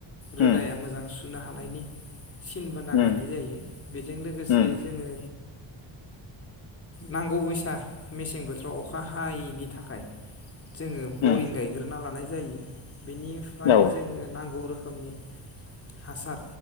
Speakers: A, on the left (about 30°); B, on the left (about 70°).
A: रोदाया
B: उम
A: मोजां सु बुखुनो हानायनि सिनबाना
B: उम
A: गायनाय जायो बेजों लोगोसे
B: उम
A: जोङो नांगौ बैसा मेसें बोथोराव अखा हायैनि थाखाय जोङो बरिं
B: उम
A: गायग्रोना लानाय जायो। बिनिफ्राय
B: औ
A: जोङो नांगौ रो खोमनि हासार